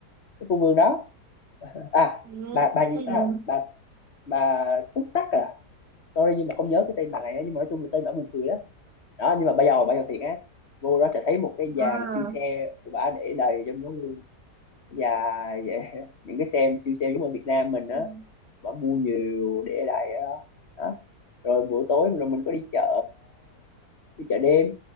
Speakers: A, on the left; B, on the right.
A: cái khu vườn đó à
B: Ừ.
A: bà bà gì
B: ừ.
A: ta bà bà túc tắc à sorry nhưng mà không nhớ cái tên bà này á, nhưng mà nói chung là tên bà buồn cười đó đó nhưng mà bây giờ bây giờ thiệt á vô đó sẽ thấy một cái dàn
B: À.
A: siêu xe của bà để đầy trong đó luôn dài vậy <laughs> những cái xe siêu xe giống ở Việt Nam mình á
B: Ừ.
A: bà mua nhiều để đầy ở đó đó rồi buổi tối rồi mình có đi chợ đi chợ đêm